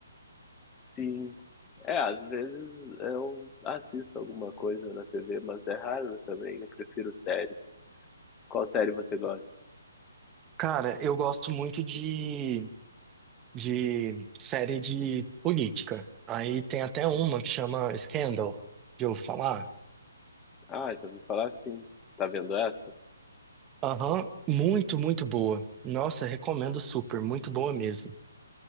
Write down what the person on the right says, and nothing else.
Cara, eu gosto muito de, de série de política. Aí tem até uma que chama Scandal, de eu falar.
Aham, muito, muito boa. Nossa, recomendo super, muito boa mesmo.